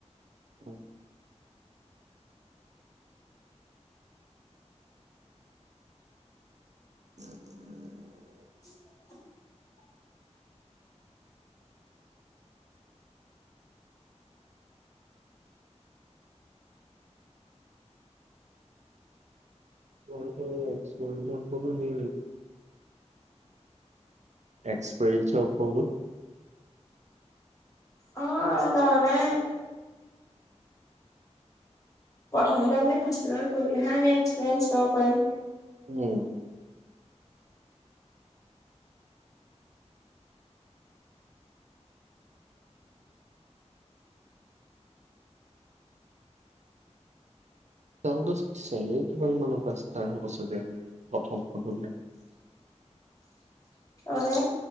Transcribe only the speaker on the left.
<inaudible>
অ', তানে প্ৰথমতে আমি ফ কৰিলেহে আম একসয়েঞ্চ লব পাৰিম
মানে